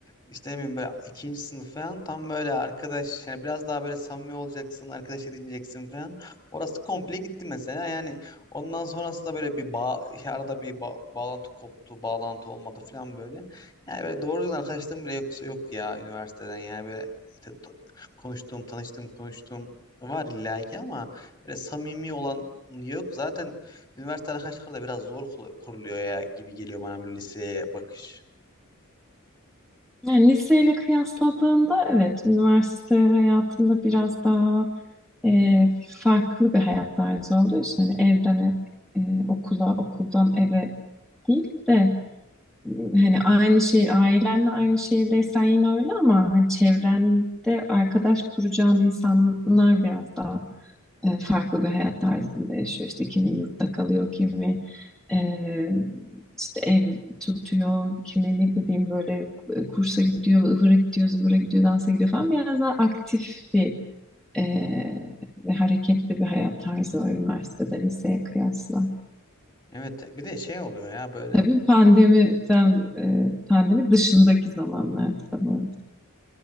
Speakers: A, on the left; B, in the centre.
A: işte ne bileyim böyle ikinci sınıf falan tam böyle arkadaş yani biraz daha böyle samimi olacaksın, arkadaş edineceksin falan. Orası komple gitti mesela. Yani ondan sonrası da böyle bir bağ, arada bir ba- bağlantı koptu, bağlantı olmadı falan böyle. Yani böyle doğru düzgün arkadaşlığım bile yok, yok ya üniversiteden yani böyle işte t- konuştuğum, tanıştığım, konuştuğum var illa ki ama böyle samimi olan yok. Zaten Üniversite arkadaşlıkları da biraz zor kul- kuruluyor ya gibi geliyor bana böyle liseye bakış.
B: Yani liseyle kıyasladığında evet üniversite hayatında biraz daha e, farklı bir hayat tarzı olduğu için hani evden ev, e, okula okuldan eve değil de m, hani aynı şehir ailenle aynı şehirdeysen yine öyle ama hani çevrende arkadaş kuracağın insanlar biraz daha e, farklı bir hayat tarzında yaşıyor. İşte kimi yurtta kalıyor, kimi e, işte ev tutuyor, kimi ne bileyim böyle e, kursa gidiyor, ıvıra gidiyor, zıvıra gidiyor, dansa gidiyor falan. Biraz daha aktif bir e, ve hareketli bir hayat tarzı var üniversitede, liseye kıyasla.
A: Evet bir de şey oluyor ya böyle
B: Tabii pandemiden, e, pandemi dışındaki zamanlarda bu arada.